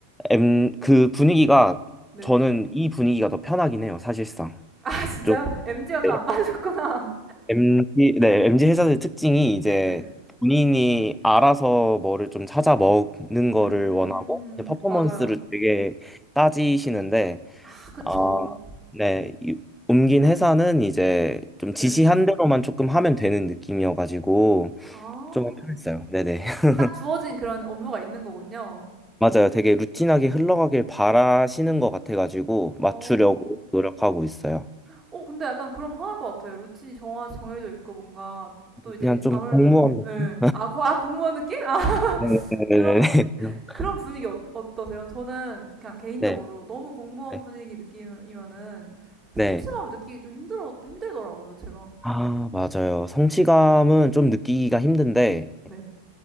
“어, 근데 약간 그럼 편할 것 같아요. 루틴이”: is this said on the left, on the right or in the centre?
Right